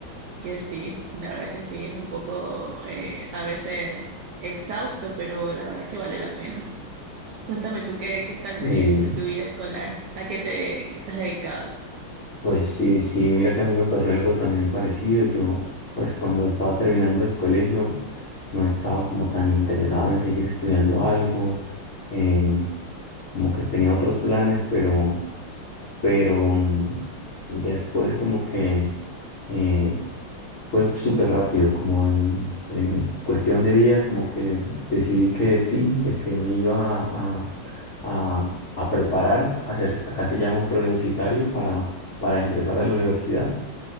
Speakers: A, on the right; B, on the left.
A: que sí, la verdad que sí, es un poco eh, a veces exhausto, pero la verdad que vale la pena. Cuéntame tú qué, qué tal
B: Y
A: de, de tu vida escolar, a qué te, qué te has dedicado.
B: pues sí, sí, mira que a mí me pasó algo también parecido. Yo, pues cuando estaba terminando el colegio, no estaba como tan interesado en seguir estudiando algo, eh, como que tenía otros planes, pero pero mm, después como que eh, fue súper rápido, como en, en cuestión de días, como que decidí que sí, de que me iba a, a, a preparar, a hacer, acá se llama un preuniversitario para, para ingresar a la universidad